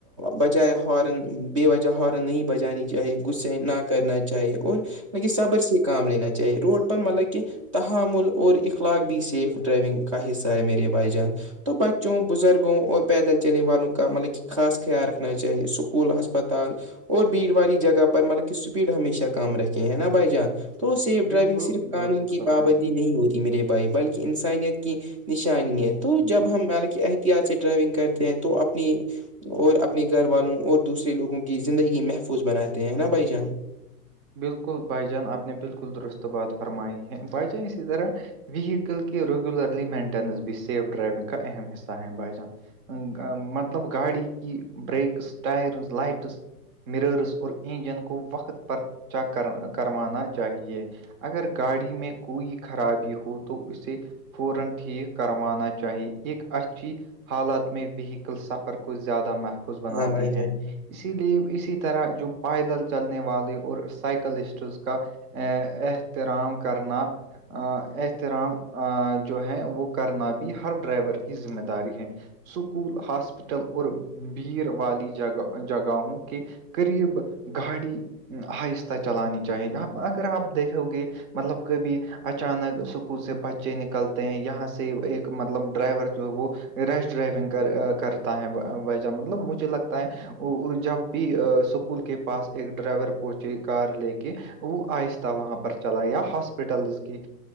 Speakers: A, on the right; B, on the right.
A: بجائے ہارن بے وجہ ہارن نہیں بجانی چاہے غصے نہ کرنا چاہیے اور مطلب صبر سے کام لینا چاہیے روڈ پر مطلب کہ تحامل اور اخلاق بھی سیف ڈرائیونگ کا حصہ ہے میرے بھائی جان تو بچوں بزرگوں اور پیدل چلنے والوں کا مطلب کہ خاص خیال رکھنا چاہیے اسکول ہسپتال اور بھیڑ والی جگہ پر مطلب کہ اسپیڈ ہمیشہ کم رکھے ہیں نا بھائی جان تو سیف
B: بالکل
A: ڈرائیونگ صرف قانون
B: درست
A: کی
B: بتایا
A: پابندی
B: آپ نے
A: نہیں ہوتی میرے بھائی بلکہ انسانیت کی نشانی ہے تو جب ہم ح احتیاط سے ڈرائیونگ کرتے ہیں تو اپنی اور اپنے گھر والوں اور دوسرے لوگوں کی زندگی محفوظ بناتے ہیں نا بھائی جان
B: بالکل بھائی جان آپ نے بالکل درست بات فرمائی ہے بھائی جان اسی طرح وییکل کے ریگولرلی مینٹینس بھی سیف ڈرائیونگ کا اہم حصہ ہے بھای جان مطلب گاڑی کی برییکس ٹائرز لائٹس مررس اور انجن کو وقت پر چیک کر کروانا چاہیے اگر گاڑی میں کوئی خرابی ہو تو اسے پورن ٹھیک کروانا چاہیے ایک اچھی حالات میں وہیکل سفر کو زیادہ مح و بناتی
A: ہاں بھائی
B: ہیں
A: جان
B: اسی لیے اسی طرح جو پائیدل چلنے والے اور سائیکلسٹز کا احترام کرنا احترام جو ہے وہ کرنا بھی ہر ڈرائیور کی ذمہ داری ہے سکول ہاسپٹل اور بھیڑ والی جگہ جگہوں کے قریب گاڑی آہستہ چلانی چاہیے اگر آپ دیکھو گے مطلب کبھی اچانک سکول سے بچے نکلتے ہیں یہاں سے ایک مطلب ڈرائیور جو ہے وہ ریش ڈرائیونگ کرتا ہے وجہ مطلب مجھے لگتا ہے جب بھی س اسکول کے پس ایک ڈرائیور پچے گار لے کے وہ آہستہ وہاں پر چلا یا ہاسپٹل کی